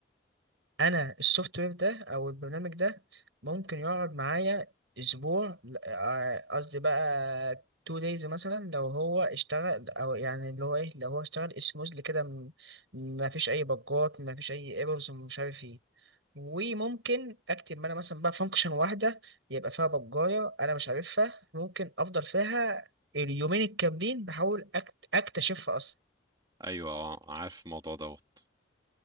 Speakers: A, on the right (about 80°); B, on the right (about 20°).
A: انا السوفت وير ده او البرنامج ده ممكن يقعد معايا اسبوع ل- آه، قصدي بقى تو دايز مثلا لو هو اشتغل او يعني اللي هو ايه لو هو اشتغل سموزلي كده م- ما فيش اي بجات ما فيش اي ايرورز ومش عارف ايه وممكن اكتب انا مثلا بقى فانكشن واحده يبقى فيها بجايه انا مش عارفها ممكن افضل فيها اليومين الكاملين بحاول أكت- اكتشفها اصلا
B: ايوه اه عارف الموضوع دوت